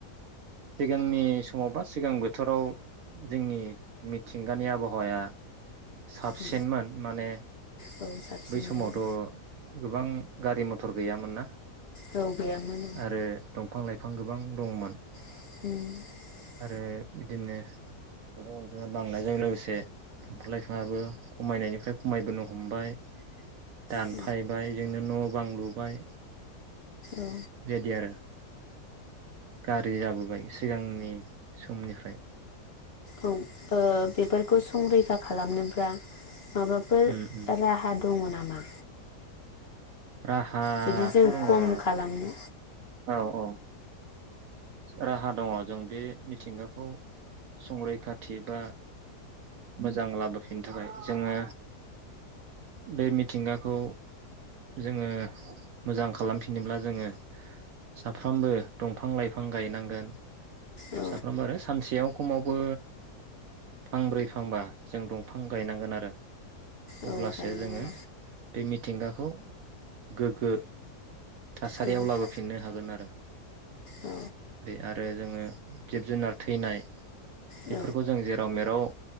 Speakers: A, on the right; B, on the left.
A: सिगांनि समाव बा सिगां बोथोराव जोंनि मिथिं गानि आबहावाया साबसिनमोन
B: औ
A: माने
B: औ साबसिनमोन
A: बै समावथ' गोबां गारि मथर गैयामोन ना।
B: औ औ गैयामोन
A: आरो दंफां लाइफां गोबां दंमोन।
B: <inaudible>
A: आरो बिदिनो‌ सुबुं अनजि बांनायजों लोगोसे दंफां लाइफांबो खमायनायनिफ्राय खमायबोनो हमबाय दानफायबाय
B: औ
A: जजोंनो न' बां लुबाय
B: औ
A: बेबायदि आरो गाज्रि जाबोबाय सिगांनि समनिफ्राय
B: औ ओ बेफोरखौ संरैखा खालामनोब्ला माबाफोर
A: उम उम
B: राहा दङ नामा?
A: राहाथ'
B: जुदि जों
A: दङ
B: खम
A: औ
B: खालामनो
A: औ राहा दङ जों बे मिथिंगाखौ संरैखाथि बा मोजां लाबोफिननो थाखाय जोङो बे मि मिथिंगाखौ जोङो मोजां खालामफिनोब्ला जोङो साफ्रोमबो दं फांलाय बिफां गायनांगोन
B: औ
A: साफ्रोमबो आरो सानसेयाव खमावबो फांब्रै फांबा जों दंफां गायनांगोन आरो
B: औ
A: अब्लासो
B: गायनांगोन
A: जोङो बे मि मिथिंगाखौ गोगो थासारियाव
B: औ औ
A: लाबोफिननो हागोन आरो
B: औ
A: बे आरो जोङो जिब -जुनार थैनाय बेफोरखौ
B: औ
A: जों जेराव मेराव